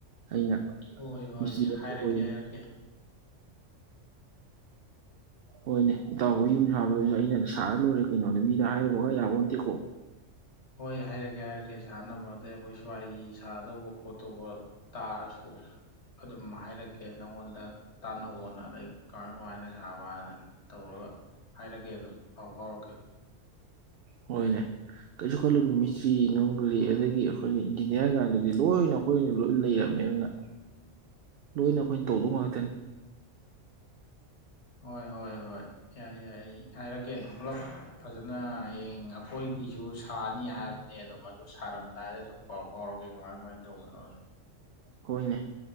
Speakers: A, on the right (about 60°); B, on the left (about 60°).
A: ꯑꯩꯅ
B: ꯍꯣꯏ ꯍꯣꯏ
A: ꯃꯤꯁꯇ꯭ꯔꯤ ꯑꯃ
B: ꯍꯥꯏꯔꯛꯀꯦ
A: ꯑꯣꯏꯔꯨ
B: ꯍꯥꯏꯔꯛꯀꯦ꯫
A: ꯍꯣꯏꯅꯦ ꯏꯇꯥꯎꯍꯣꯏ ꯌꯨꯝ ꯁꯥꯕꯗꯁꯨ ꯑꯩꯅ ꯁꯥꯔ ꯂꯣꯏꯔꯦ ꯀꯩꯅꯣꯅꯦ ꯃꯤꯗ ꯍꯥꯏꯔꯨꯕꯒ ꯌꯥꯕꯣꯟꯇꯦꯀꯣ꯫
B: ꯍꯣꯏ ꯍꯥꯏꯔꯛꯀꯦ ꯍꯥꯏꯔꯛꯀꯦ ꯁꯥꯥꯟꯅꯕ ꯑꯗꯩ ꯑꯩꯈꯣꯏ ꯁ꯭ꯋꯥꯏꯒꯤ ꯁꯥꯗꯧꯕ ꯈꯣꯠꯇꯧꯕ ꯇꯥꯔꯁꯨ ꯑꯗꯨꯝ ꯍꯥꯏꯔꯛꯀꯦ ꯅꯪꯉꯣꯟꯗ ꯇꯥꯟꯅꯧꯋꯣꯅ ꯑꯗꯩ ꯀꯃꯥꯏ ꯀꯃꯥꯏꯅ ꯁꯥꯕ ꯍꯥꯏꯅ ꯇꯧꯔꯒ ꯍꯥꯏꯔꯛꯀꯦ ꯑꯗꯨꯝ ꯄꯥꯎ ꯐꯥꯎꯔꯛꯀꯦ꯫
A: ꯍꯣꯏꯅꯦ ꯀꯩꯁꯨ ꯈꯜꯂꯨꯅꯨ ꯃꯤꯁꯇ꯭ꯔꯤ ꯅꯨꯡꯒꯔꯤ ꯑꯗꯒꯤ ꯑꯩꯈꯣꯏꯅ ꯏꯟꯖꯤꯅꯤꯌꯥꯔ ꯀꯥꯟꯗꯨꯗꯤ ꯂꯣꯏꯅ ꯑꯩꯈꯣꯏꯅ ꯂꯣꯏ ꯂꯩꯔꯕꯅꯤ ꯑꯗꯨꯅ ꯂꯣꯏꯅ ꯑꯩꯈꯣꯏꯅ ꯇꯧꯗꯧ ꯉꯥꯛꯇꯅꯤ꯫
B: ꯍꯣꯏ ꯍꯣꯏ ꯍꯣꯏ ꯌꯥꯏ ꯌꯥꯏ ꯍꯥꯏꯔꯛꯀꯦ ꯑꯗꯨꯝ ꯄꯨꯂꯞ ꯐꯖꯅ ꯍꯌꯦꯡ ꯑꯩꯈꯣꯏꯒꯤꯁꯨ ꯁꯥꯅꯤ ꯍꯥꯏꯕꯅꯦ ꯑꯗꯨꯝ ꯑꯗꯨ ꯁꯥꯔꯝꯗꯥꯏꯗ ꯑꯗꯨꯝ ꯄꯥꯎ ꯐꯥꯎꯔꯛꯀꯦ ꯀꯃꯥꯏ ꯀꯃꯥꯏꯅ ꯇꯧꯕꯅꯣꯗꯣ꯫
A: ꯍꯣꯏꯅꯦ